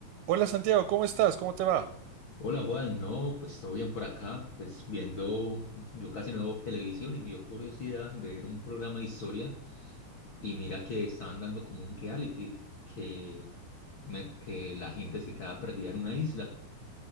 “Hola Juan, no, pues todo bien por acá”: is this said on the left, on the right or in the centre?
Left